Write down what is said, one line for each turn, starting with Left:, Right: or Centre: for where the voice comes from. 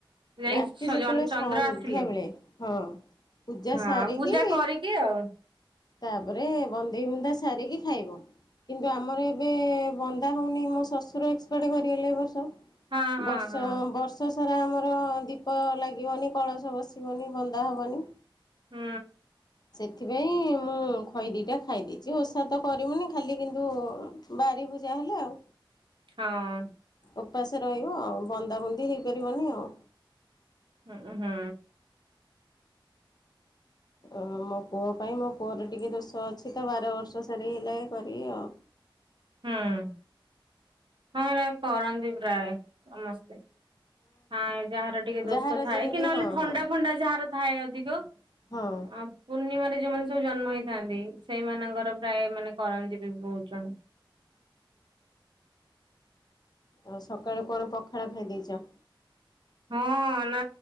Right: ଯାଇ
Left: ରାତି ଯେତେବେଳେ
Right: ଚନ୍ଦ୍ର
Left: ସନ୍ଧ୍ୟାବେଳେ
Right: ଆସିଲେ
Left: ହଁ। ପୂଜା
Right: ହଁ
Left: ସାରିକି
Right: ପୂଜା କରିକି ଆଉ
Left: ତାପରେ ବନ୍ଦେଇ ବୁନ୍ଦା ସାରିକି ଖାଇବ। କିନ୍ତୁ ଆମର ଏବେ ବନ୍ଦା ହଉନି ମୋ ଶଶୁର ଏକ୍ସପାର୍ଡ୍ କରିଗଲେ ଏ ବର୍ଷ।
Right: ହଁ ହଁ
Left: ବର୍ଷ
Right: ହଁ
Left: ବର୍ଷ ବର୍ଷ ସାରା ଆମର ଦୀପ ଲାଗିବନି କଳସ ବସିବନି ବନ୍ଦା ହବନି।
Right: ହୁଁ।
Left: ସେଥି ପାଇଁ ମୁଁ ଖଇ ଦିଇଟା ଖାଇ ଦେଇଚି ଓଷା ତ କରିମୁନି ଖାଲି କିନ୍ତୁ ବାରିିବୁ ଯାହେଲେ ଆଉ।
Right: ହଁ।
Left: ଓପାସ ରହିବ ଆଉ ବନ୍ଦାବୁନ୍ଦି ହେଇପାରିବନି ଆଉ।
Right: ହୁଁ-ହୁଁ।
Left: ଉଁ ମୋ ପୁଅ ପାଇଁ ମୋ ପୁଅର ଟିକେ ଦୋଷ ଅଛି ତ ବାର ବର୍ଷ ସରିଗଲେ କରିବି ଆଉ।
Right: ହୁଁ ହଁ ହେଟା କରନ୍ତି ପ୍ରାୟ ସମସ୍ତେ। ହଁ ଯାହାର ଟିକେ ଦୋଷ
Left: ଯାହାର
Right: ଥାଏ
Left: ଯେମିତି
Right: କି ନହେଲେ
Left: ହଁ
Right: ଥଣ୍ଡା
Left: ହଁ
Right: ଫଣ୍ଡା ଯାହାର ଥାଏ ଅଧିକ
Left: ହଁ।
Right: ଅ ପୂର୍ଣ୍ଣିମାରେ ଯୋଉମାନେ ସବୁ ଜନ୍ମ ହେଇଥାନ୍ତି ସେଇମାନଙ୍କର ପ୍ରାୟ ମାନେ କରନ୍ତି ବି ବହୁତ୍ ଜଣ।
Left: ଆଉ ସକାଳୁ କଣ ପଖାଳ ଖାଇଦେଇଚ?
Right: ହଁ। ନା